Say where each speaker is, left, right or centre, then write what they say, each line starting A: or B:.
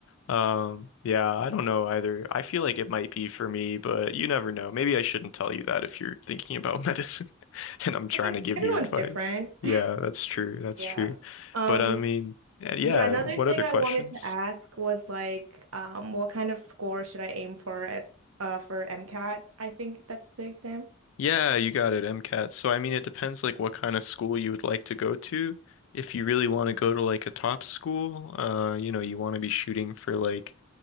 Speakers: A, on the left; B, on the right.
A: Um, yeah, I don't know either. I feel like it might be for me, but you never know. Maybe I shouldn't tell you that if you're thinking about <laughs> medicine. <laughs> and I'm trying
B: I mean,
A: to give
B: everyone's
A: you advice.
B: different. <laughs>
A: Yeah, that's true. That's
B: Yeah.
A: true.
B: Um,
A: But I mean, yeah, yeah,
B: yeah, another
A: what
B: thing
A: other
B: I
A: questions?
B: wanted to ask was like, um, what kind of score should I aim for at uh for MCAT? I think that's the exam.
A: Yeah, you got it, MCAT. So I mean, it depends like what kind of school you would like to go to. If you really want to go to like a top school, uh, you know, you want to be shooting for like